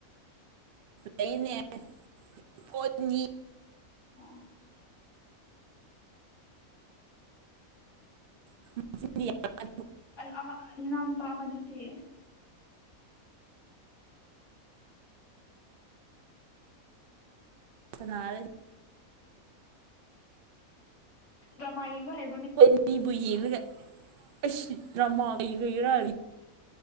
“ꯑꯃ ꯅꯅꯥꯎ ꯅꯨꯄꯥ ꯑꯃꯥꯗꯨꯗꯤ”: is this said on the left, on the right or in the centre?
Left